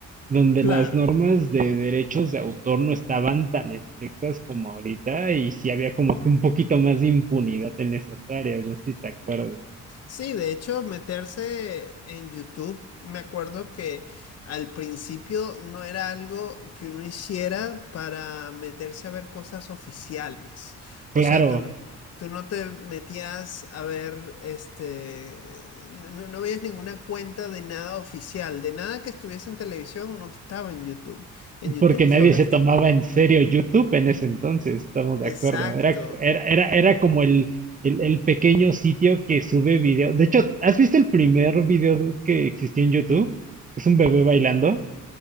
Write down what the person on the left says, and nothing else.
claro.
Sí, de hecho, meterse en YouTube, me acuerdo que al principio no era algo que uno hiciera para meterse a ver cosas oficiales. O
sea, tú no, tú no te metías a ver, este, no, no veías ninguna cuenta de nada oficial, de nada que estuviese en televisión, no estaba en YouTube. En YouTube
solo
está...
Exacto.